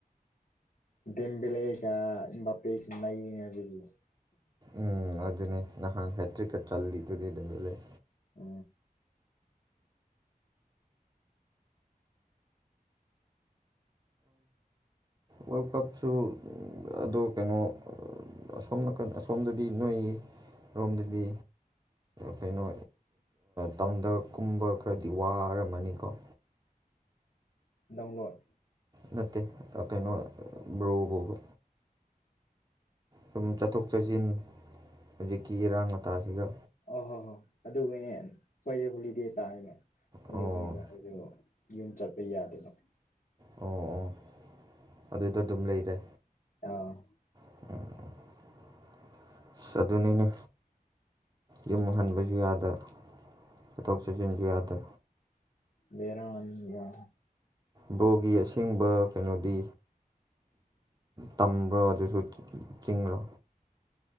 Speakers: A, on the left; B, on the right.
A: ꯗꯦꯝꯕꯤꯂꯦꯛꯒ ꯍꯕꯥ ꯄꯖꯝ ꯂꯩ ꯌꯦꯉꯖꯒꯤ
B: ꯎꯝ ꯑꯗꯨꯅꯦ ꯅꯍꯥꯟ ꯍꯦꯇ꯭ꯔꯤꯛꯀ ꯆꯜꯂꯤꯗꯨꯗꯤ ꯑꯗꯨ ꯂꯩ
A: ꯑ
B: ꯋꯥꯔꯜ ꯀꯞꯁꯨ ꯑꯗꯣ ꯀꯩꯅꯣ ꯑꯁꯣꯝ ꯅꯥꯀꯟ ꯑꯁꯣꯝꯗꯗꯤ ꯅꯣꯏ ꯑꯣꯝꯗꯗꯤ ꯀꯩꯅꯣ ꯇꯥꯎꯟꯗ ꯀꯨꯝꯕ ꯈꯔꯗꯤ ꯋꯥꯔꯝꯃꯅꯤꯀꯣ <unintelligible>
A: ꯗꯥꯎꯟꯂꯣꯣꯔ
B: ꯅꯠꯇꯦ ꯀꯩꯅꯣ ꯕ꯭ꯔꯣꯕꯣꯕ ꯁꯨꯝ ꯆꯠꯊꯣꯛ ꯆꯠꯁꯤꯟ ꯍꯧꯖꯤꯛꯀꯤ ꯏꯔꯥꯡ ꯃꯇꯥꯁꯤꯒ
A: ꯑ ꯍꯣ ꯍꯣꯏ ꯑꯗꯨꯒꯤꯅꯦ ꯑꯩꯈꯣꯏꯁꯦ ꯍꯣꯂꯤꯗꯦ ꯇꯥꯏꯕ ꯍꯣꯂꯤꯦꯗꯁꯨ
B: ꯑꯣ
A: ꯌꯨꯝ ꯆꯠꯄ ꯌꯥꯗꯕ
B: ꯑꯣ ꯑꯣ ꯑꯗꯨꯗ ꯑꯗꯨꯝ ꯂꯩꯔꯦ
A: ꯑ
B: <unintelligible> ꯑꯁ ꯑꯗꯨꯅꯤꯅꯦ ꯌꯨꯝ ꯍꯟꯕꯁꯨ ꯌꯥꯗ ꯄꯇꯣ ꯁꯤꯖꯤꯟꯖ ꯌꯥꯗ
A: ꯂꯩꯔꯅꯤ ꯌꯥ
B: ꯕ꯭ꯔꯣꯒꯤ ꯑꯁꯦꯡꯕ ꯀꯩꯅꯣꯗꯤ ꯇꯝꯕ꯭ꯔꯣ ꯑꯗꯨꯁꯨ ꯆꯤꯡꯡꯂꯣ